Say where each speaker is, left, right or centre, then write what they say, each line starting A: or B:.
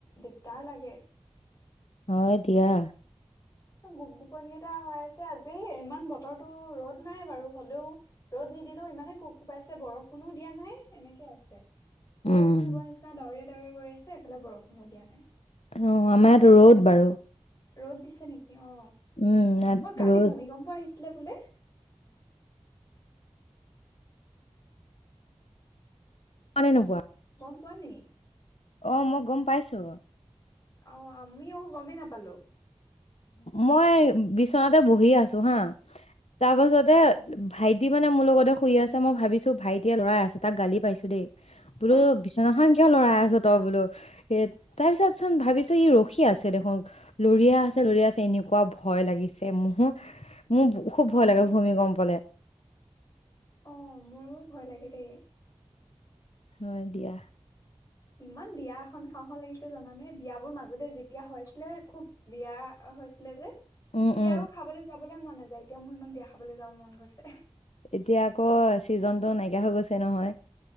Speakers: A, on the left (about 35°); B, on the left (about 85°).
A: দিগদাৰ লাগে
B: অ দিয়া
A: গোপ গোপনি এটা হৈ আছে আজি ইমান বতৰটো ৰ'দ নাই বাৰু হলেও ৰ'দ নিদিলেও ইমানে গোপ গোপাইছে বৰষুণো দিয়া নাই এনেকে আছে
B: উম
A: বৰষুণ দিব নিচিনা দাৱৰি কৰি আছে এফালে বৰষুণো দিয়া নাই
B: অ আমাৰাতো ৰ'দ বাৰু
A: ৰ'দ দিছে নেকি অ
B: উম ইয়াত
A: অ কালি
B: ৰ'দ
A: ভূমিকম্প আহিছিলে বোলে
B: আনে নোপোৱা
A: পোৱানি
B: অ মই গম পাইছো
A: অ আমি আকৌ গমেই নাপালো
B: মই বিচনাতে বহি আছো হা তাৰ
A: অ
B: পাছতে ভাইটি মানে মোৰ লগতে শুই আছে, মই ভাবিছোঁ, ভাইটিয়ে লৰাই আছে, তাক গালি পাৰিছোঁ দেই। বোলো
A: অহ
B: বিছনাখন কিয় লৰাই আছ তই বোলো, হেত তাৰ পিছত চোন ভাবিছোঁ, ই ৰখি আছে দেখোন। লৰিয়া আছে ল'ৰি আছে, এনেকুৱা ভয় লাগিছে মোৰ। মোৰ খুব ভয়
A: অ
B: লাগে, ভূমিকম্পলে।
A: অ', মোৰো ভয় লাগে দেই।
B: হয়, দিয়া।
A: ইমান বিয়া এখন খাওঁ, খাওঁ লাগিছ এ, জানানে বিয়াবোৰ মাজতে যেতিয়া হৈ আছিলে খুব বিয়া, হৈছিলে যে
B: উম,
A: তেতিয়া
B: উম।
A: আকৌ খাবলৈ, যাবলৈ মন নাযায়। এতিয়া মোৰ ইমান বিয়া খাবলৈ যাব মন গৈছে।
B: এতিয়া আকৌ, চিজনটো নাইকিয়া হৈ গৈছে নহয়।